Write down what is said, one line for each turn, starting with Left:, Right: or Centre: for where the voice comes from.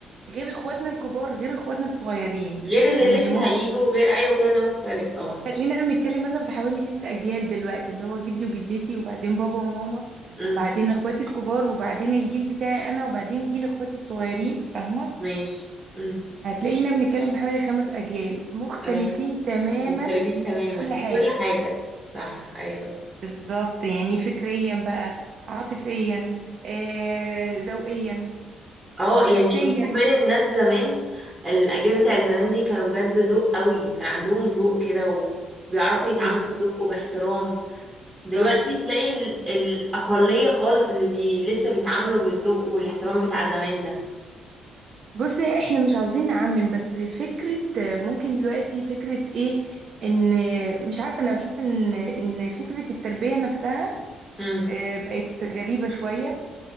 Right: غير اخواتنا الكبار غير اخواتنا الصغيرين
Centre: غير اللي
Right: يعني
Centre: لسه
Right: ممكن
Centre: هيجوا غير ايوه كل ده مختلف طبعا
Right: خلينا بنتكلم مثلا في حوالي ست اجيال دلوقتي اللي هو جدي وجدتي وبعدين بابا وماما
Centre: امم
Right: وبعدين اخواتي الكبار وبعدين الجيل بتاعي انا وبعدين جيل اخواتي الصغيرين فاهمة
Centre: ماشي امم
Right: هتلاقينا بنتكلم في حوالي خمس اجيال مختلفين
Centre: اه
Right: تماما
Centre: مختلفين تماما
Right: في كل
Centre: في
Right: حاجة
Centre: كل حاجة صح ايوه
Right: بالظبط يعني فكريا بقى عاطفيا آه ذوقيا
Centre: اه يعني
Right: نفسيا
Centre: باخد بالي إن الناس زمان الاجيال بتاعت زمان دي كانوا بجد ذوق قوي كان عندهم ذوق كده وبيعرفوا يتعاملوا
Right: بالظبط
Centre: بذوق وباحترام
Right: بالظبط
Centre: دلوقتي تلاقي ال... الاقليه خالص اللي بي... لسه بيتعاملوا بالذوق والاحترام بتاع زمان ده
Right: بصي احنا مش عاوزين نعمم بس فكرة ممكن دلوقتي فكرة ايه ان مش عارفة انا بحس ان ان فكرة التربية نفسها
Centre: امم
Right: آه، بقت غريبة شوية